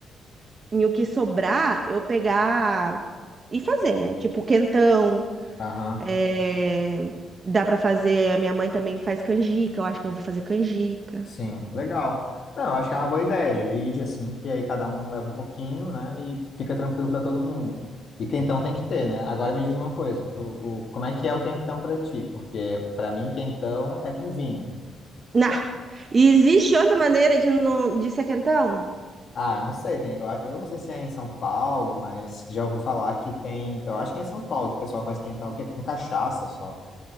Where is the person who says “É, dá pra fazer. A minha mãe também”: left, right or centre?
Right